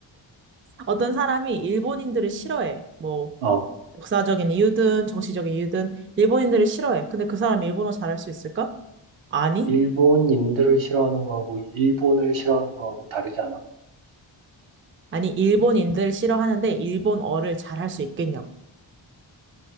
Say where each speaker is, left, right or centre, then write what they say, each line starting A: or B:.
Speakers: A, on the right; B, on the right.
A: 어떤 사람이 일본인들을 싫어해. 뭐
B: 어,
A: 역사적인 이유든 정치적인 이유든 일본인들을 싫어해. 근데 그 사람이 일본어 잘할 수 있을까? 아니.
B: 일본인들을 싫어하는 거하고 일본을 싫어하는 거하고 다르지 않아?
A: 아니 일본인들을 싫어하는데 일본어를 잘할 수 있겠냐고.